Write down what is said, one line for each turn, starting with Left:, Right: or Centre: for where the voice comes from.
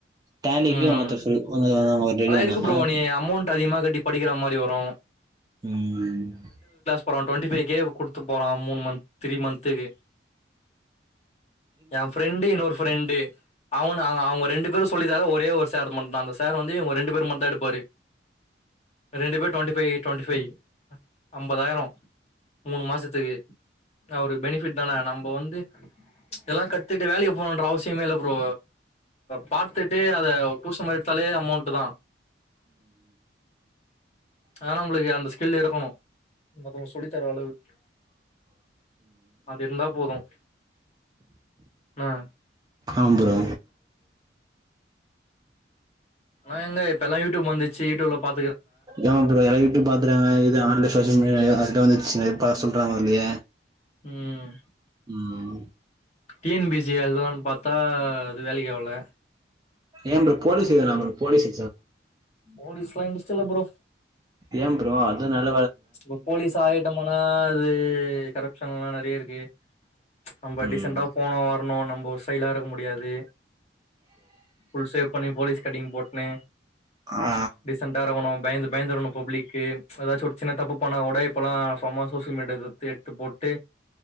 Right: டேலிக்கு
Left: ம்
Right: மாத்த சொல்லி <unintelligible> ஆல்ரெடி
Left: அதெல்லா
Right: வந்தாங்ளா
Left: இருக்கு ப்ரோ நீ அமௌண்ட் அதிகமா கட்டி படிக்கிற மாரி வரு
Right: உம்
Left: போரோ டுவெண்ட்டி பைவ் கே குடுத்து போற மூணு மந்த் த்ரீ மந்துகு எ ஃபரெண்டு் இன்னொரு ஃரெண்டு அவனு அவங்க ரெண்டு பேரு சொல்லி ஒரே ஒரு சார் மட்டும்தா அந்த சேர் வந்து ரெண்டு பேர் மட்டு தா எடுப்பாரு ரெண்டு பேர் டுவெண்ட்டி பைவ் ரவென்ட்டி பைவ் ஐம்பதாயிரோ மூணு மாசத்துக்கு அவரு பெனிபிட் தானே நம்ம வந்து இதல்லாம் கத்துட்டு வேல போணும்ற அவசியமேல ப்ரோ பா யிட்டு அத <unintelligible> சம எடுத்தாலே அமௌண்ட் தா ஆனா உங்களுக்கு அந்த ஸ்கில் இருக்கணு மத்த அவங்க சொல்லி தர அளவுக்கு அது இருந்தா போதும் ஆ
Right: ஆம் ப்ரோ
Left: ஆ எங்க இப்பெல்லா யூடியூப் வந்துச்சு யூடியூப்ல பா
Right: ஆமா ப்ரோ என்னக்கு எப்பிடி பாக்குராங்க எது ஆன் லைன்ல சேர்ச் பண்ணி எது வந்துச்சு இப்ப சொல்றாங்க இல்லையே
Left: ம்
Right: உம்
Left: டி என் பி சி எழுதலான் பாத்தா அது வேலைக்காவுல
Right: ஏம் ப்ரோ போலீஸ் எதலாம்ப்ரோ போலீஸூ
Left: போலீஸ் லா இன்ட்ரஸ்ட் இல்ல ப்ரோ
Right: ஏ ப்ரோ அதுனால
Left: இப்ப போலீஸ் ஆயிட்டமுனா அது கரப்ஷன்லா ந றைய இருக்கு நம்ப
Right: ம்
Left: டீசண்டா போனு வ ரனு நம்ப ஸ்டைலா இருக்க முடியாது, ஃபுல் சேவ் பண்ணி போலீஸ் கட்டிங் போட்ணு
Right: ஆ
Left: டீசண்டா இருக்கணு பயந்து பயந்து இருக்னு பப்ளிக்கு எதாச்சு ஒரு சின்ன தப்பு பண்ணா கூட இப்பல்லா சும்மா சோசியல் மீடியால எடுத்து எடுத்து போட்டு